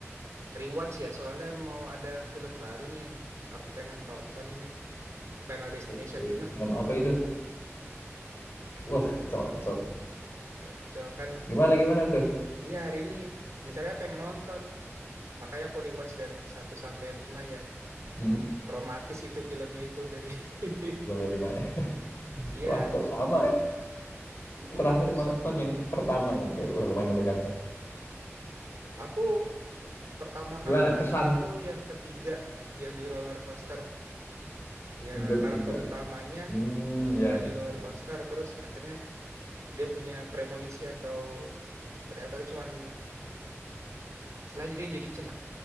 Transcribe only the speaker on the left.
Oke.
Minum apa itu? Wah, cocok.
Gimana gimana tuh?
mm
Sampai lima ya. <laughs>
Wah, kok sama ya?
Terakhir
nonton yang pertama itu. Wah, lumayan melegakan.
Gimana
kesan
yang ketiga?
Hmm,
ya ya.
Ya,